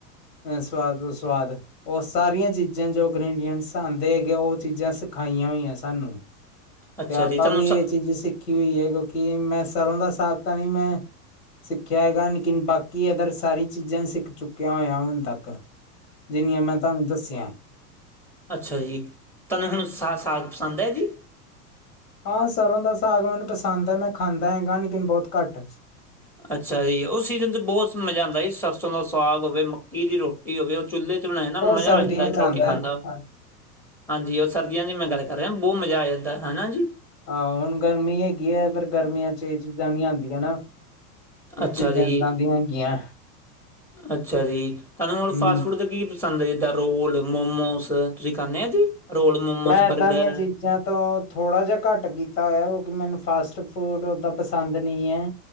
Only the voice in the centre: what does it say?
<inaudible>
ਜੀ, ਤੁਹਾਨੂੰ
ਸ
ਅੱਛਾਜੀ। ਤੁਹਾਨੂੰ ਹੁਣ ਸਾ, ਸਾਗ ਪਸੰਦ ਹੈ, ਜੀ?
ਅੱਛਾ ਜੀ। ਉਹ ਸੀਜ਼ਨ'ਚ ਬਹੁਤ ਮਜ਼ਾ ਆਂਦਾ ਜੀ, ਸਰਸੋਂ ਦਾ ਸਾਗ ਹੋਵੇ, ਮੱਕੀ ਦੀ ਰੋਟੀ ਹੋਵੇ ਚੁੱਲ੍ਹੇ‌ ਤੇ ਵੀ ਬਣਾਇਆ ਨਾ,
ਮਜ਼ਾ ਆ ਜਾਂਦਾ
ਰੋਟੀ ਖਾਣ
ਦਾ। ਹਾਂਜੀ, ਉਹ ਸਰਦੀਆਂ ਦੀ''ਮੈਂ ਗੱਲ ਕਰ ਰਿਹਾ, ਬਹੁਤ ਮਜ਼ਾ ਆ ਜਾਂਦਾ, ਹਨਾ ਜੀ।
ਅੱਛਾ
ਜੀ,
ਅੱਛਾ ਜੀ। ਤੁਹਾਨੂੰ
ਹੁਨ ਫਾਸਟ-ਫੂਡ ਦਾ ਕੀ ਪਸੰਦ ਜਾਂ ਰੋਲ, ਮੋਮੋਸ ਤੁਸੀਂ ਖਾਂਦੇ ਆ ਜੀ? ਰੋਲ, ਮੋਮੋਸ,
ਬਰਗਰ,